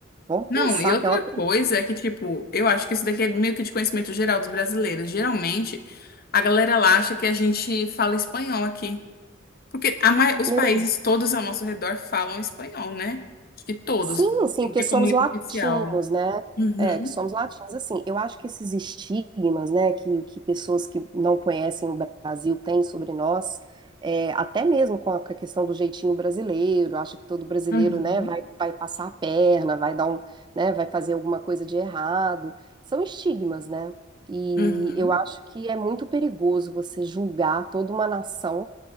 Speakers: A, on the right; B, on the left.
A: Vamos
B: Não,
A: pensar
B: e outra
A: que é uma.
B: coisa é que, tipo, eu acho que isso daqui é meio que de conhecimento geral dos brasileiros. Geralmente, a galera lá acha que a gente fala espanhol aqui. Porque a ma- os
A: Meu
B: países todos ao nosso redor falam espanhol, né? Acho que todos.
A: Sim, sim,
B: Tem
A: porque
B: que ter
A: somos
B: como língua
A: latinos,
B: oficial.
A: né?
B: Uhum,
A: É, que somos latinos. Assim, eu acho que esses estigmas, né, que, que pessoas que não conhecem o Brasil têm sobre nós, é, até mesmo com a com a questão do jeitinho brasileiro, acha que todo brasileiro,
B: uhum,
A: né, vai, vai passar a perna, vai dar um, né, vai fazer alguma coisa de errado. São estigmas, né? E
B: uhum,
A: eu acho que é muito perigoso você julgar toda uma nação